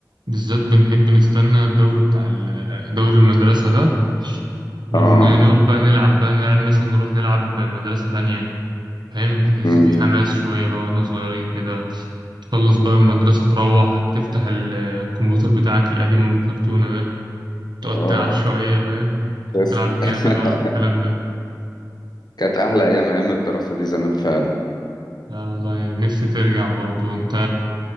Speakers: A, on the right; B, on the left.
A: بالذات بنحب نستنى الدوري بتاع ال- دوري المدرسة ده ونقعد
B: آه
A: بقى نلعب بقى نلعب مثلا نروح نلعب مدرسة تانية فاهم بتحس
B: مم.
A: في حماس شوية بقى واحنا صغيرين كده تخلص بقى من المدرسة تروح تفتح ال- الكمبيوتر بتاعك القديم أبو كرتونة ده تقعد
B: آه
A: تلعب شوية فاهم
B: تسلم.
A: تلعب جاتا
B: <laughs>
A: بقى والكلام ده
B: كانت أحلى أيام أيام الدراسة دي زمان فعلا
A: لا والله نفسي ترجع برضو انت